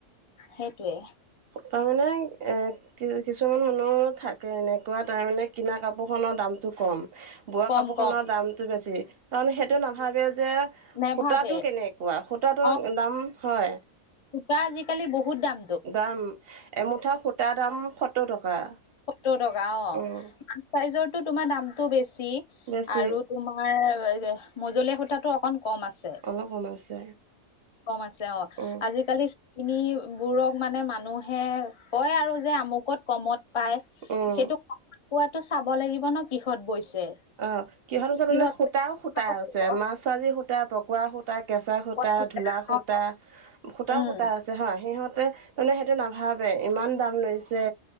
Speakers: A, on the left; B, on the right.
A: সেইটোৱে।
B: ত' মানে এ কি কিছুমান মানুহ থাকে এনেকুৱা, তাৰমানে কিনা কাপোৰখনৰ দামটো কম। বোৱা
A: কম
B: কাপোৰখনৰ
A: কম
B: দামটো বেছি, কাৰণ সেইটো নাভাবে যে সূতাটো
A: নেভাবে
B: কেনে কোৱা, সূতাটোৰ
A: অ
B: দাম, হয়।
A: সূতা আজিকালি বহুত দাম।
B: দাম, এমুঠা সূতাৰ দাম সত্তৰ টকা।
A: সত্তৰ টকা অ',
B: উম
A: <unintelligible> চাইজৰটো তোমাৰ দামটো বেছি
B: বেছি
A: আৰু তোমাৰ মজলিয়া সূতাটো অকন কম আছ
B: অলপ কমাইছে
A: কম আছে অ',
B: উম
A: আজিকালি <unintelligible> বোৰক মানে মানুহে কয় আৰু যে আমুকত কমত পাই,
B: উম
A: সেইটো <unintelligible> কোৱাটো চাব লাগিব ন কিহত বৈছে।
B: অ', কিহৰ <unintelligible>
A: কিহত
B: মানে সূতাও,
A: বৈছে
B: সূতা
A: চাব
B: আছে,
A: লাগিব
B: <unintelligible>
A: অ'
B: চাজি সূতা, পকোৱা সূতা কেঁচা সূতা,
A: পকোৱা
B: ঢোলা সূত
A: অ'
B: তা, সুতাও
A: উম
B: সুতা আছে হয়, সিহঁতে মানে সেইটো নাভাবে ইমান দাম লৈছ ছে,